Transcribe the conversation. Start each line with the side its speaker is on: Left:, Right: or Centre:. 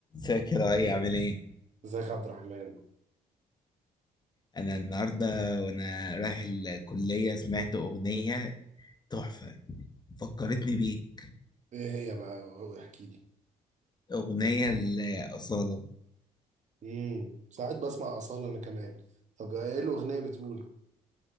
Left: فاكر اي عامل ايه
Right: ازيك يا عبد الرحمن
Left: انا النهارده وانا رايح الكليه سمعت اغنيه تحفه فكرتني بيك
Right: ايه هي بقى احكي لي
Left: اغنيه الاصاله
Right: امم ساعات بسمع اصاله انا كمان طب ايه الاغنيه بتقول